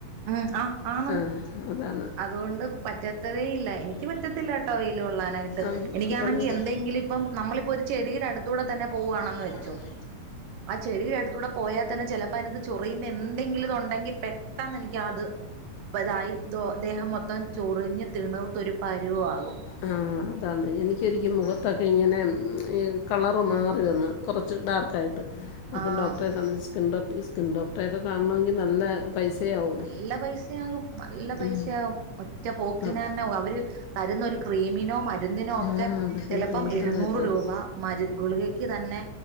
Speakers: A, on the right; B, on the left.
A: ഉആ് ആന്ന്
B: ആഹ് അതാണ്
A: അതുകൊണ്ട് പ റ്റത്തേയില്ല എനിക്ക് പറ്റത്തില്ല ലൊള്ളാനായിട്ട്
B: ആ
A: എിക്കാണെങ്കിൽ
B: പണ്ട്
A: എന്തെങ്കിലും ഇപ്പം നമ്മളിപ്പോ ഒരു ചെടിയുടെ അടുത്തൂടെ തന്നെ പോവാണെന്ന്
B: ഓ
A: വെച്ചോ
B: ആഹ്
A: ആ ചെടിയുടെ അടുത്തൂടെ <unintelligible> പോയാൽ തന്നെ ചിലപ്പം അതിനകത് ചൊറിയുന്ന എന്തെങ്കിലും ഇതു ഉണ്ടെങ്കിൽ പെട്ടെന്ന് എനിക്ക് അത് ഇതായി ദോ ദേഹം മൊത്തം ചൊറിഞ്ഞ് തിണിർത്ത് ഒരു പരിവാകും
B: ആഹ് അതാണ് എനിക്ക് ഇരിക്കും മുഖത്തൊക്കെ ഇങ്ങനെ ഈ കളറ്
A: ഉം
B: മാറി വന്ന് കുറച്ച് ഡാർക്കായിട്ട് അപ്പോൾ
A: ആഹ്
B: ഡോക്ടറെ കാണിച്ച് സ്കിൻ ഡോക്ട ഈ സ്കിൻ ഡോക്ടറെയൊക്കെ കാണണമെങ്കിൽ നല്ല പൈസയാവും
A: നല്ല പൈസയാകും നല്ല പൈസയാകും
B: ഉം
A: ഒറ്റ പോക്കിന്
B: അപ്
A: തന്നെ അവര് തരുന്നൊരു ക്രീമിനോ മരുന്നിനോ ഒക്കെ
B: ആഹ് അതൊക്കെ
A: ചിലപ്പം
B: ഭയങ്കര
A: എഴുന്നൂറ്
B: റേറ്റാ
A: രൂപ മരു ഗുളികക്ക് തന്നെ